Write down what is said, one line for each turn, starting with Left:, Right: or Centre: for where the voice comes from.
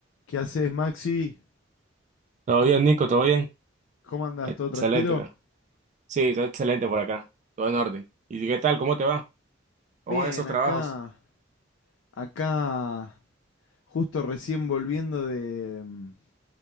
Left: ¿Qué haces, Maxi?
Right: Todo bien, Nico, todo bien.
Left: ¿Cómo andás?
Right: Excelente,
Left: ¿Todo tranquilo?
Right: cara. Sí, todo excelente por acá. Todo en orden. ¿Y qué tal? ¿Cómo te va? ¿Cómo
Left: Bien,
Right: van esos trabajos?
Left: acá, acá, justo recién volviendo de, mm,